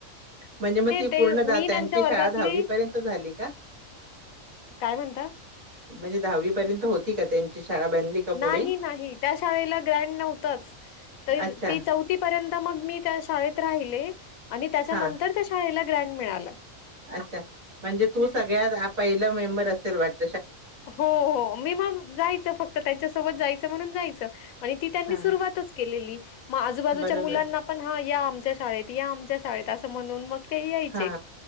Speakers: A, on the right; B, on the left.
A: म्हणजे मग ती
B: ते
A: पूर्ण
B: मी
A: त्यांची
B: त्यांच्या
A: शाळा
B: वर्गातली
A: दहावी पर्यंत झाली का
B: काय म्हणता?
A: म्हणजे दहावी पर्यंत हो. की त्यांची शाळा बनली का
B: नाही
A: पुढे
B: नाही त्या शाळेला ग्रँड नव्हतच
A: अच्छा
B: ती चौथीपर्यंत मग मी त्या शाळेत राहिले. आणि त्याच्यानंतर
A: हा
B: त्या शाळेला ग्रँड मिळाला.
A: अच्छा म्हणजे तू सगळ्यात पहिला मेंबर असेल वाट.
B: हो हो मी मग जायचं फक्त त्यांच्या सोबत जायचं म्हणून हो हो मी जायचं फक्त आणि ती त्यांनी
A: हा
B: सुरुवातच केलेली म आजूबाजूच्या
A: बरोबर
B: मुलांना पण ह या आमच्या शाळेत या आमच्या शाळेत अस म्हणून मग ते यायचे
A: हा